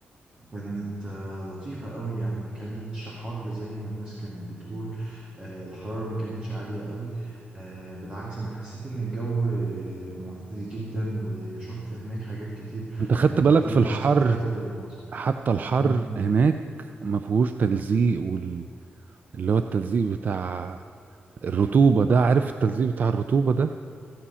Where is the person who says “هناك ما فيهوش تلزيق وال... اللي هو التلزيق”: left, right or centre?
Right